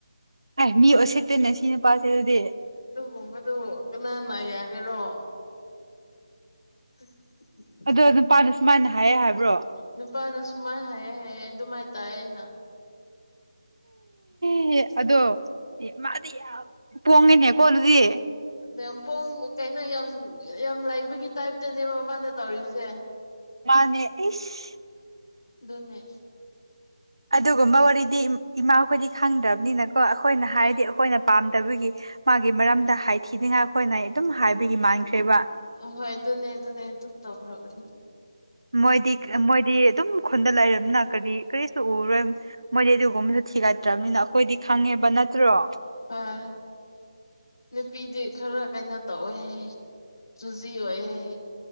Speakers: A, on the right; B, on the left.
A: ꯑꯦ ꯃꯤ ꯑꯣꯁꯦꯛꯇꯅꯦ ꯁꯤ ꯅꯨꯄꯥꯁꯦ ꯑꯗꯨꯗꯤ
B: ꯑꯗꯨꯒꯨꯝꯕꯗꯨ ꯀꯅꯥꯅ ꯌꯥꯒꯔꯣ ꯎ <inaudible>
A: ꯑꯗꯣ ꯅꯨꯄꯥꯅ ꯁꯨꯃꯥꯏꯅ ꯍꯥꯏꯌꯦ ꯍꯥꯏꯕ꯭ꯔꯣ
B: ꯅꯨꯄꯥꯅꯁꯨ ꯃꯥꯏꯅ ꯍꯥꯏꯑꯦ ꯍꯥꯏꯑꯦ ꯑꯗꯨꯃꯥꯏꯅ ꯇꯥꯏꯑꯦ ꯑꯩꯅ <inaudible>
A: ꯑꯦꯍꯦ ꯑꯗꯣ ꯃꯥꯗꯤ ꯌꯥꯝ ꯄꯣꯡꯉꯦꯅꯦꯀꯣ ꯑꯗꯨꯗꯤ
B: ꯃ ꯄꯣꯡ ꯀꯩꯅꯣ ꯌꯥꯝ ꯌꯥꯝ ꯂꯩꯥꯏꯕꯒꯤ ꯇꯥꯏꯞꯇꯅꯦꯕ ꯃꯥꯅ ꯇꯧꯔꯤꯁꯦ <inaudible>
A: ꯃꯥꯅꯦ ꯏꯁ
B: ꯑꯗꯨꯨꯅꯦ
A: ꯑꯗꯨꯒꯨꯝꯕ ꯋꯥꯔꯤꯗꯤ ꯏꯃꯥꯈꯣꯏꯗꯤ ꯈꯪꯗ꯭ꯔꯕꯅꯤꯅꯀꯣ ꯑꯩꯈꯣꯏꯅ ꯍꯥꯏꯔꯗꯤ
B: ꯎꯝ
A: ꯑꯩꯈꯣꯏꯅ ꯄꯥꯝꯗꯕꯒꯤ ꯃꯥꯒꯤ ꯃꯔꯝꯗ ꯍꯥꯏꯊꯤꯅꯤꯡꯉꯥꯏ ꯑꯩꯈꯣꯏꯅ ꯑꯗꯨꯝ ꯍꯥꯏꯕꯒꯤ ꯃꯥꯡꯈ꯭ꯔꯦꯕ
B: ꯍꯣꯏ ꯑꯗꯨꯅꯦ ꯑꯗꯨꯅꯦ ꯑꯗꯨꯝ ꯇꯧꯈꯔꯝꯅꯦ
A: ꯃꯣꯏꯗꯤ ꯃꯣꯏꯗꯤ ꯑꯗꯨꯝ ꯈꯨꯟꯗ ꯂꯩꯔꯕꯅꯤꯅ ꯀꯔꯤ ꯀꯔꯤꯁꯨ ꯎꯔꯣꯏ ꯃꯣꯏꯗꯤ ꯑꯗꯨꯒꯨꯝꯕꯁꯨ ꯊꯤꯒꯠꯇ꯭ꯔꯕꯅꯤꯅ ꯑꯩꯈꯣꯏꯗꯤ ꯈꯪꯉꯦꯕ ꯅꯠꯇ꯭ꯔꯣ
B: ꯍꯣꯏ ꯅꯨꯄꯤꯗꯤ ꯈꯔ ꯀꯩꯅꯣ ꯇꯧꯋꯦ ꯍꯥꯏ ꯆꯨꯖꯤ ꯑꯣꯏ ꯍꯥꯏ